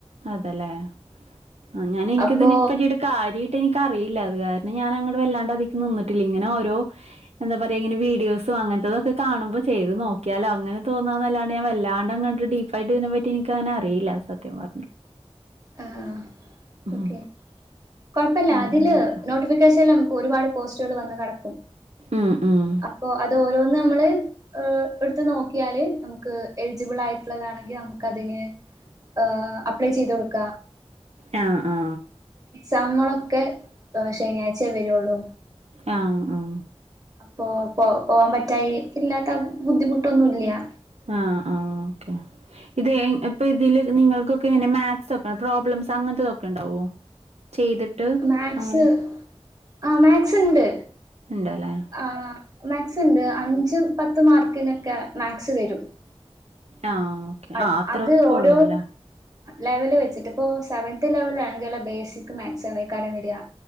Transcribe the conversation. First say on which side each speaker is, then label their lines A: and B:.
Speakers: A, on the right (about 75°); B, on the right (about 35°).
A: അതല്ലേ അ ഞാൻ എനിക്കിതിനെ
B: അപ്പോ
A: പറ്റിയിട്ട് കാര്യായിട്ട് എനിക്കറിയി ഇല്ല അത് കാരണം ഞാനങ്ങട് വല്ലാണ്ട് അതീക്ക് നിന്നിട്ടില്ല ഇങ്ങന ഓരോ എന്താ പറയാ ഇങ്ങനെ വീഡിയോസും അങ്ങനത്തതൊക്കെ കാണുമ്പോ ചെയ്ത് നോക്കിയാലോ അങ്ങനെ തോന്നന്നല്ലാണ്ട് ഞാൻ വല്ലാണ്ട് അങ്ങട്ട് ഡീപ്പായിട്ട് ഇതിനെ പറ്റി എനിക്കങ്ങന അറിയില്ല <unintelligible>
B: ആ <unintelligible>
A: ഉം
B: ഓക്കെ കുഴപ്പല്ല
A: അങ്ങനെ
B: അതില് നോട്ടിഫിക്കേഷൻല ഒരുപാട് പോസ്റ്റുകൾ വന്ന് കടക്കും
A: ഉം ഉം
B: അപ്പൊ അതോരോന്ന് നമ്മള് ഏ എടുത്ത് നോക്കിയാല് നമുക്ക് എലിജിബിൾ ആയിട്ടുള്ളതാണെങ്കിൽ നമുക്കതിന് ഏ അപ്ലൈ ചെയ്ത് കൊടുക്ക
A: ആ ആ
B: നമ്മളൊക്കെ ഏ ശനിയാഴ്ചയെ വരുഉള്ളൂ
A: ആഹ ആ
B: അ പോ പോകാൻ പറ്റാായി ഇല്ലാത്ത ബുദ്ധിമുട്ടൊന്നുമല്ല
A: ആഹ ആഹ ഓക്കെ ഇത് ഇപ്പൊ ഇതില് നിങ്ങൾക്കൊക്കെ എങ്ങനെ മാത്സ് ഒക്കെ പ്രോബ്ലംസ് അങ്ങനത്തെതൊക്കെ ഉണ്ടാവോ ചെയ്തിട്ട്
B: മാത്‍സ്
A: അങ്ങനെ
B: ആ മാത്‍സ്ണ്ട്
A: ഉണ്ടല്ലേ
B: ആ മാക്സ് ഉണ്ട് അഞ്ച് പത്ത് മാർക്കിനൊക്കെ മാത്‍സ് വരും
A: ആ ഓക്കെ
B: അ
A: ആ അത്രയൊക്കെ
B: അത് ഓരോ
A: ഉള്ളൂ അല്ലേ
B: ലെവല് വെച്ചിട്ട് ഇപ്പോൊ സെവന്ത് ലെവല ആണെങ്കിൽ അല്ല ബേസിക് മാതസ്‌ <unintelligible> കാര്യം വരിക